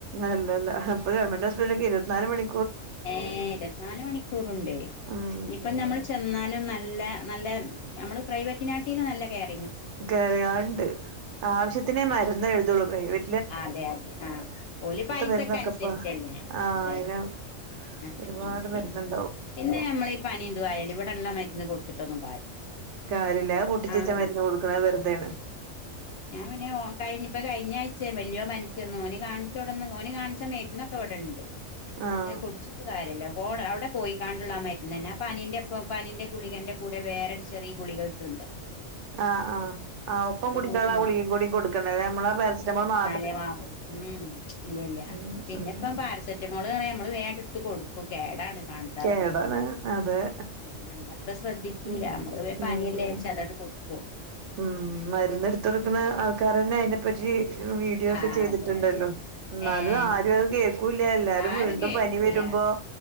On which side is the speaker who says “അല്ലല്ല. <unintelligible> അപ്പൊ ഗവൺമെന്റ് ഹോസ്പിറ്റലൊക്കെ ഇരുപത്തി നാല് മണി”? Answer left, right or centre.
Right